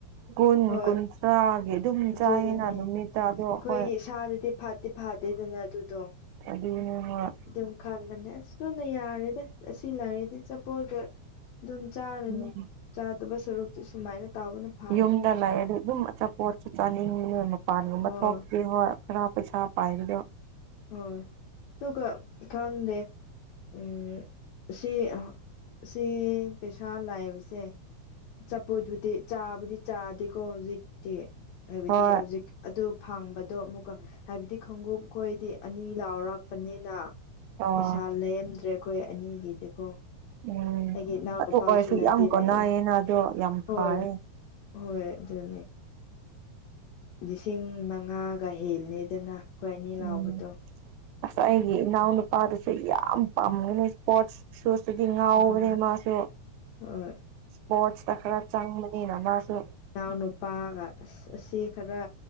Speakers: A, on the right; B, on the left.
A: ꯀꯨꯟ
B: ꯍꯣꯏ
A: ꯀꯨꯟꯊ꯭ꯔꯥꯒꯤ ꯑꯗꯨꯝ
B: ꯑꯗꯨꯒꯤꯅꯦ
A: ꯆꯥꯏꯌꯦꯅ ꯅꯨꯃꯤꯠꯇ ꯑꯗꯣ
B: ꯑꯩꯈꯣꯏꯒꯤ
A: ꯍꯣꯏ
B: ꯏꯁꯥꯗꯗꯤ ꯐꯥꯠꯇꯤ ꯐꯠꯗꯦꯗꯅ ꯑꯗꯨꯗꯣ
A: ꯑꯗꯨꯅꯦ ꯍꯣꯏ
B: ꯑꯗꯨꯝ ꯈꯟꯕꯅꯦ ꯑꯁꯗꯨꯅ ꯌꯥꯔꯦꯗꯤ ꯑꯁꯤ ꯂꯥꯏꯔꯗꯤ ꯑꯆꯥꯄꫭꯠꯀ ꯑꯗꯨꯝ ꯆꯥꯔꯅꯤ
A: ꯎꯝ
B: ꯆꯥꯗꯕ ꯁꯔꯨꯛꯇꯤ ꯁꯨꯃꯥꯏꯅ ꯇꯥꯎꯕꯅ ꯐꯥꯔꯦꯅ
A: ꯌꯨꯝꯗ ꯂꯩꯔꯗꯤ ꯑꯗꯨꯝ ꯑꯆꯥꯄꯣꯠꯁꯨ ꯆꯥꯅꯤꯡꯕꯅꯦ ꯃꯄꯥꯟꯒꯨꯝꯕ
B: ꯍꯣꯏ
A: ꯊꯣꯛ ꯑꯗꯨ ꯍꯣꯏ ꯈꯔ ꯄꯩꯁꯥ ꯄꯥꯏꯕꯗꯣ
B: ꯍꯣꯏ ꯑꯗꯨꯒ ꯈꯪꯗꯦ ꯎꯝ ꯑꯁꯤ ꯑꯁꯤ ꯄꯩꯁꯥ ꯂꯩꯕꯁꯦ ꯑꯆꯥꯄꫭꯠꯕꯨꯗꯤ ꯆꯥꯕꯨꯗꯤ ꯆꯥꯗꯦꯀꯣ ꯍꯧꯖꯤꯛꯇꯤ ꯍꯥꯏꯕꯗꯤ
A: ꯍꯣꯏ
B: ꯍꯧꯖꯤꯛ ꯑꯗꯨ ꯐꯪꯕꯗꯣ ꯑꯃꯨꯛꯀ ꯍꯥꯏꯕꯗꯤ ꯈꯣꯡꯉꯨꯞ ꯈꯣꯏꯗꯤ ꯑꯅꯤ ꯂꯥꯎꯔꯛꯄꯅꯤꯅ
A: ꯑꯣ
B: ꯄꯩꯁꯥ ꯂꯩꯔꯝꯗ꯭ꯔꯦ ꯑꯩꯈꯣꯏ ꯑꯅꯤꯒꯤꯗꯤꯀꯣ
A: ꯎꯝ
B: ꯑꯩꯒꯤ ꯏꯅꯥꯎꯅꯨꯄꯥꯁꯨ
A: ꯑꯗꯨ ꯑꯣꯏꯔꯁꯨ
B: ꯂꯩꯕꯤꯔꯛꯑꯦ
A: ꯌꯥꯝ ꯀꯣꯟꯅꯩꯌꯦꯅ ꯑꯗꯣ ꯌꯥꯝ
B: ꯍꯣꯏ
A: ꯐꯥꯌꯦ
B: ꯍꯣꯏ ꯑꯗꯨꯅꯤ ꯂꯤꯁꯤꯡ ꯃꯪꯉꯥꯒ ꯍꯦꯜꯂꯦꯗꯅ ꯑꯩꯈꯣꯏ ꯑꯅꯤ ꯂꯥꯎꯕꯗꯣ
A: ꯎꯝ ꯑꯁ ꯑꯩꯒꯤ ꯏꯅꯥꯎꯅꯨꯄꯥꯗꯨꯁꯨ ꯌꯥꯝ ꯄꯥꯝꯒꯅꯤ ꯏꯁꯄꯣꯠꯁ ꯁꯨꯁꯇꯗꯤ ꯉꯥꯎꯕꯅꯦ
B: ꯎꯝ
A: ꯃꯥꯁꯨ
B: ꯍꯣꯏ
A: ꯏꯁꯄꯣꯔꯠꯁꯇ ꯈꯔ ꯆꯪꯕꯅꯤꯅ ꯃꯥꯁꯨ
B: ꯏꯅꯥꯎ ꯅꯨꯄꯥꯒ ꯑꯁ ꯑꯁꯤ ꯈꯔ